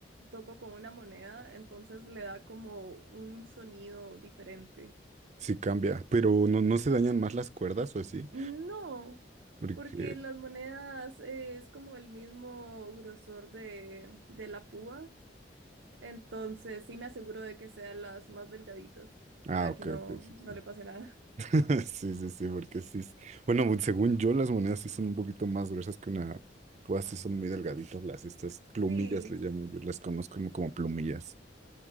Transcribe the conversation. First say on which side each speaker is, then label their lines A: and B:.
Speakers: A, on the right (about 85°); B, on the right (about 40°).
A: toco con una moneda, entonces le da como un sonido diferente.
B: Sí cambia, pero no, no se dañan más las cuerdas o así,
A: No,
B: porque...
A: porque las monedas es como el mismo grosor de, de la púa, entonces sí me aseguro de que sean las más delgaditas para
B: Ah, ok,
A: que no,
B: ok,
A: no
B: sí, sí.
A: le pase nada.
B: <laughs> Sí, sí, sí, porque sí. es- Bueno, según yo, las monedas sí son un poquito más gruesas que una. Pues sí son muy delgaditas las, estas plumillas
A: <laughs> Sí.
B: le llamo yo, las conozco como, como plumillas.